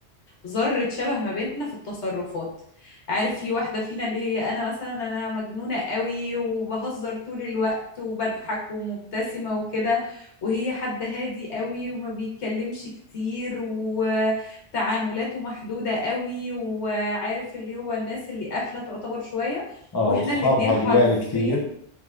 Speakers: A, on the left; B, on the left.
A: ذرة شبه ما بيننا في التصرفات عارف في واحدة فينا اللي هي انا مثلا انا مجنونة قوي وبهزر طول الوقت وبضحك ومبتسمة وكده وهي حد هادي قوي وما بيتكلمش كتير وتعاملاته محدودة قوي وعارف اللي هو الناس اللي قافلة تعتبر شوية
B: اه
A: واحنا
B: واصحابها
A: الاتنين حرفيا
B: قلال كثير